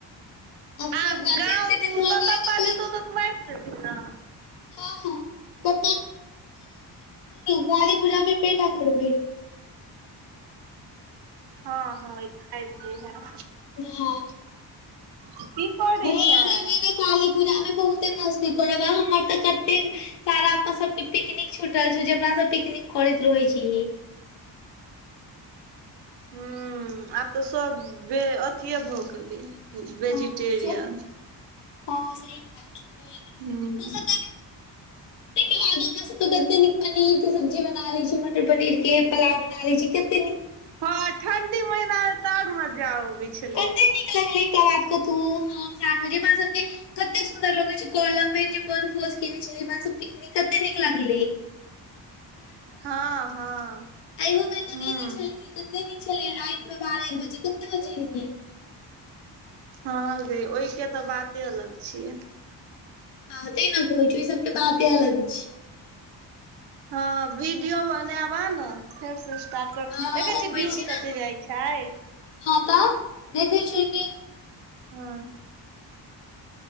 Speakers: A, on the left; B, on the right.
A: सारी
B: आब
A: बात
B: गाँव
A: छै एते
B: तू
A: दिन भऽ
B: तपप्पा
A: गेलै तऽ कोइ
B: जेतौ तऽ आइब जेबही न
A: हँ हँ प्पा कआाली पूजा प पेठा करबे <unintelligible>
B: हँ हँ इ आइब जैहाँ
A: हँ
B: की पढ़ै
A: बहिन
B: छैं
A: एहि बेर काली पूजा मे बहुते मस्ती कर हमर तऽ कतेक सारा अपन सबके पिकनिक छुटल छौ जे अपना सब पिकनिक करैत रहै छीही
B: ह्म आब तऽ सब बे अथिये भऽ गेलै वेजिटेरियन
A: हँ से हँ सही बात छै <unintelligible>
B: हूं
A: आब अपना सब के कते नीक पनीर के सब्जी बना ले छी मटर पनीर के पुलाव बना ले छी कत
B: हँ ठण्डी महिना मे त और मजा आबै छै
A: कते नीक लगलै एक बात क तू हम सान जेे म सबके कते सुंन्दर लगैत छै कॉलम मे जे बन भोज केने छल सब पिकनिक कते नीक लगले
B: हँ हँ
A: अइहो बेर तऽ
B: हूं
A: केने छलियै कते नीक छलियै राइत मे बारह एक बजे कते बजे एलहीं
B: हँ गे ओहि के तऽ बाते अलग छीय
A: हँ तै न क कहइ छ ओहि सब बात इएह लगै छै
B: हँ वीडियो बनाएब आ ने फेर से स्टार्ट कर
A: हँ
B: देखै
A: अबै
B: छी व्यूज
A: ने
B: कते जाय छै
A: हँ तऽ देखै छियै कि
B: हँ